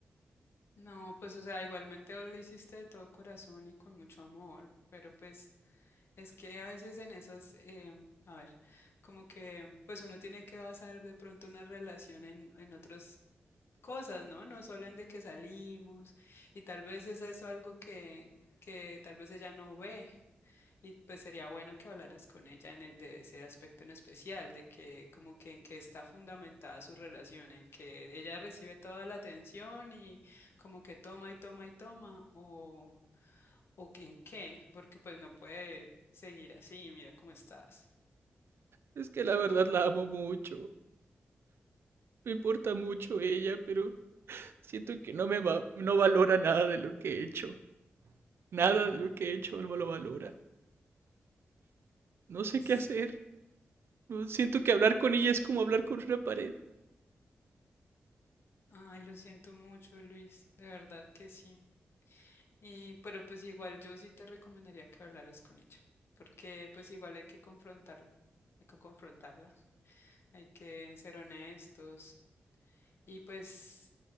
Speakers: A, on the left (about 70°); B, on the right (about 70°).
A: No, pues o sea, igualmente vos lo hiciste de todo corazón y con mucho amor, pero pues es que a veces en esas, eh, a ver, como que pues uno tiene que basar de pronto una relación en, en otros cosas, ¿no? No solo en de que salimos y tal vez es eso algo que, que tal vez ella no ve y pues sería bueno que hablaras con ella en el- de ese aspecto en especial, de que como que en qué está fundamentada su relación, en que ella recibe toda la atención y como que toma y toma y toma o, o que en qué, porque pues no puede seguir así, mira cómo estás.
B: Es que la verdad la amo mucho, me importa mucho ella, pero Siento que no me va, no valora nada de lo que he hecho. Nada de lo que he hecho no lo valora. No
A: Pues,
B: sé qué hacer. No- Siento que hablar con ella es como hablar con una pared.
A: ay, lo siento mucho, Luis, de verdad que sí. Y, pero pues igual yo sí te recomendaría que hablaras con ella, porque pues igual hay que confrontarla, hay que confrontarla, hay que ser honestos y pues,